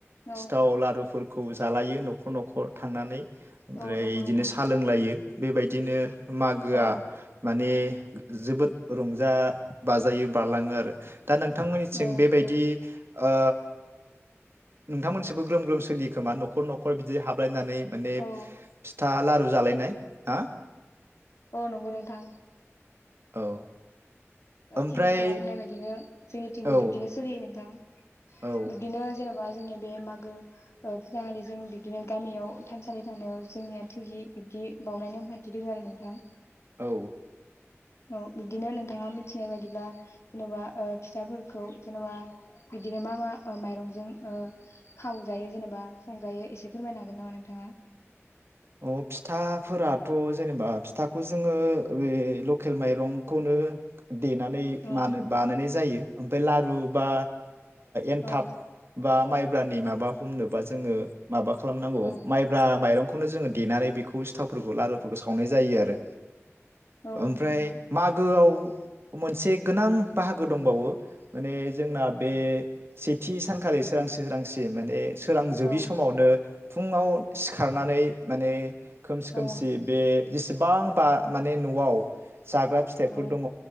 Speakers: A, on the left; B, on the right.
A: औ
B: सिथाव लारुफोरख खौ जालायो न'खर न'खर थांनानै ओमफ्राय
A: औ नंगौ
B: इदिनो
A: नोंथां
B: सा लोंलायो बेबायदिनो मागोआ
A: औ
B: माने जोबोद रंजा बाजायो बारलाङो आरो। दा नोंथांमोननिथिं
A: औ
B: बेबायदि
A: नंगौ
B: ओ नोंथांमोनसिबो ग्रोम ग्रोम सोलियोखोमा नखर नखर बिदि हाबलायनानै माने
A: औ
B: फिथा लारु जालायनाय हा
A: अ नंगौ नोंथां।
B: औ। ओमफ्राय
A: थिग नोंथाङा बुंनाय बायदिनो जोंनि जिंसों
B: औ
A: बिदिनो सोलियो नोंथां।
B: औ
A: बिदिनो जेनोबा जोंनि बे मागो फुजाखालि जों बिब्दिनो गामियाव थानसालि थानायाव जोंनिया थैयि बिब्दि बावनाय नेमखाान्थि दोङ आरो नोंथां।
B: औ।
A: औ बिदिनो नोंथाङा मिथिनाय बायदिब्ला जेनबा फिथाफोरखौ जेनबा बिदिनो मा मा माइरंजों ओ खावजायो जेनेबा संजायो एसे फोरमायनो हागोन नामा नोंथाङा?
B: अ फिथाफोराथ जेनेबा फिथाखौ जोङो बे लकेल माइरंखौनो देनानै
A: औ
B: मानो बानायनाय जायो। ओमफफ्राय लारु बा एनथाब
A: औ
B: बा माइ ब्रानि माबा हमनोबा जोङो। माबा खालामनांगौ
A: औ
B: माइब्रा माइरंखौ बेखौनो जोङो देनानै बेखौ सिथावफोरखौ लारुफोरखौ सावनाय जायो आरो।
A: औ
B: ओमफ्राय
A: नंगौ नोंथां
B: मागोआव मोनसे गोनां बाहागो दंबावो माने जोंना बे सेथि सानखालि सोरांसि सोरांसे माने सोरांजोबि
A: औ
B: समावनो फुङाव सिखारनानै माने खोमसि खोमसि
A: औ
B: बे जेसेबांबा माने न'आव जाग्रा फिथाइफोर
A: औ
B: दङ